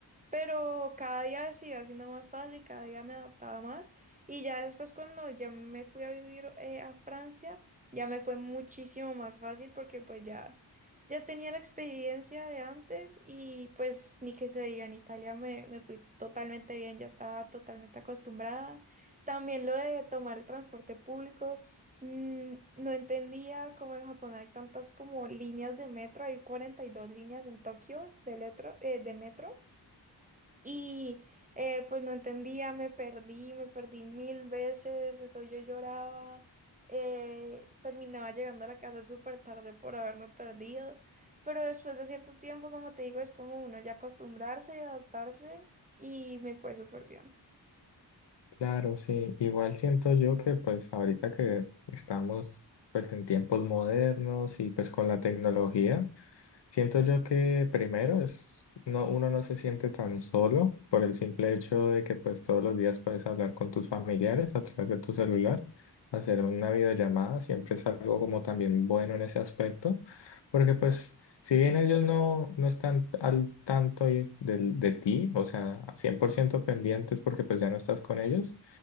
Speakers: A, on the right; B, on the left.
A: Pero cada día se iba haciendo más fácil, cada día me adaptaba más. Y ya después cuando ya me fui a vivir eh, a Francia, ya me fue muchísimo más fácil porque pues ya, ya tenía la experiencia de antes y pues ni que se diga, en Italia me, me fui totalmente bien, ya estaba totalmente acostumbrada. También lo de tomar el transporte público, mm, no entendía cómo en Japón hay tantas como líneas de metro, hay 42 líneas en Tokio de, letro- eh, de metro. Y eh, pues no entendía, me perdí, me perdí mil veces, eso yo lloraba, eh, terminaba llegando a la casa súper tarde por haberme perdido, pero después de cierto tiempo, como te digo, es como uno ya acostumbrarse y adaptarse y me fue súper bien.
B: Claro, sí, igual siento yo que pues ahorita que estamos pues en tiempos modernos y pues con la tecnología. Siento yo que primero es, no, uno no se siente tan solo por el simple hecho de que pues todos los días puedes hablar con tus familiares a través de tu celular, hacer una videollamada, siempre es algo como también bueno en ese aspecto, porque pues si bien ellos no, no están al tanto y- del- de, ti, o sea, 100% pendientes porque pues ya no estás con ellos,